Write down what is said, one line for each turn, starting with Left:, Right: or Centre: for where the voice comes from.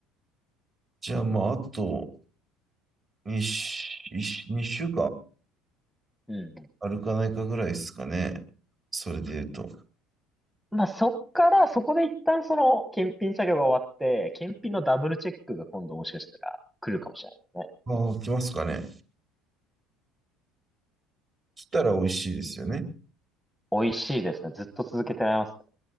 Right: じゃあ、まあ、あと2、週間
Centre: うん。
Right: 歩かんあるかないかぐらいですかね。それで言うと。
Centre: まあそっから、そこで一旦その検品作業が終わって、検品のダブルチェックが今度もしかしたら来るかもしれないですね。
Right: ああ、
Centre: 一気に。
Right: 来ますかね。来たら美味しいですよね。
Centre: 美味しいですね。ずっと続けてられます